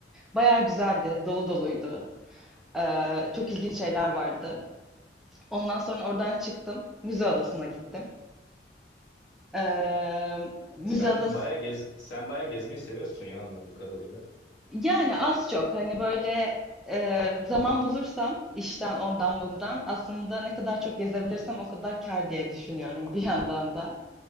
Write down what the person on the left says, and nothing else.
Sen
bayağı gez sen bayağı gezmeyi seviyorsun ya anladığım kadarıyla.